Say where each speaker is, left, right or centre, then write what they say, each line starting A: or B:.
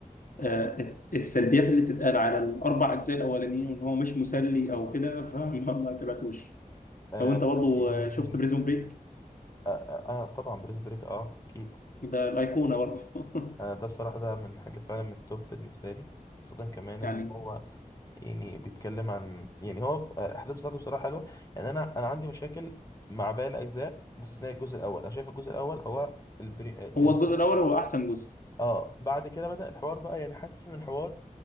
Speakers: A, on the left; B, on the left.
A: آه، السلبيات اللي بتتقال على الاربع اجزاء الاولانيين وان هو مش مسلي او كده <laughs> فما ما تابعتوش
B: آه
A: لو انت برضو
B: يعني
A: آه، شفت بريزون بريك
B: آه آه آه، طبعا بريز بريك اه اكيد
A: ده الايقونة برضو <laughs>
B: آه ده بصراحة ده من الحاجات فعلا من التوب بالنسبة لي خاصة كمان
A: يعني
B: ان هو يعني بيتكلم عن يعني هو الاحداث بتاعته بصراحه حلوه يعني انا انا عندي مشاكل مع باقي الاجزاء باستثناء الجزء الاول انا شايف الجزء الاول هو البري... آه،
A: هو
B: ال...
A: الجزء الاول هو احسن جزء
B: اه بعد كده بدأ الحوار بقى يعني حاسس ان الحوار